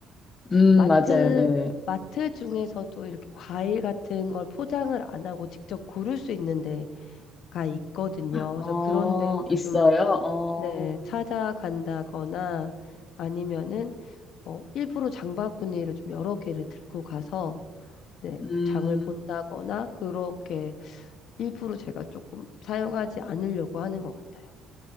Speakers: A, on the left; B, on the left.
A: 음,
B: 마트,
A: 맞아요. 네.
B: 마트 중에서도 이렇게 과일 같은 걸 포장을 안 하고 직접 고를 수 있는 데가 있거든요. 그래서
A: 어,
B: 그런 데를
A: 있어요?
B: 좀,
A: 어,
B: 네, 찾아간다거나 아니면은, 어, 일부러 장바구니를 좀 여러 개를 들고 가서, 네,
A: 음.
B: 장을 본다거나 그렇게 일부러 제가 조금 사용하지 않으려고 하는 것 같아요.